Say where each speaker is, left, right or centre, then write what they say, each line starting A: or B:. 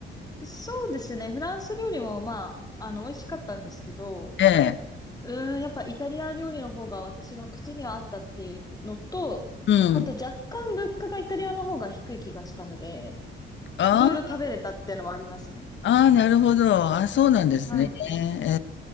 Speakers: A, on the left; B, on the left.
A: そうですね。フランス料理もまあ、あの、美味しかったんですけど、
B: ええ。
A: うーん、やっぱイタリア料理の方が私の口にはあったっていうのと、
B: うん。
A: あと若干物価がイタリアの方が低い気がしたので、
B: ああ、
A: いろいろ食べれたっていうのもありますね。
B: ああ、なるほど。あ、そうなんですね。
A: はい。
B: ええええ